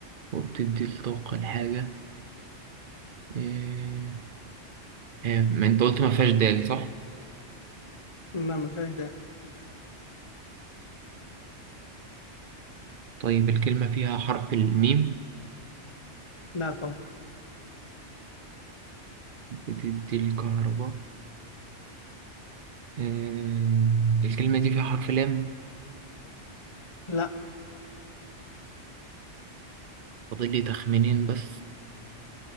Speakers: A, on the right; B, on the left.
A: وبتدي الطاقة لحاجة آه، آه، ما أنت قلت ما فيهاش دال صح؟
B: لا ما فيهاش ده
A: طيب الكلمة فيها حرف الميم
B: لا طبعا
A: بتدي الكهرباء آه الكلمة دي فيها حرف لام
B: لا
A: فاضل لي تخمينين بس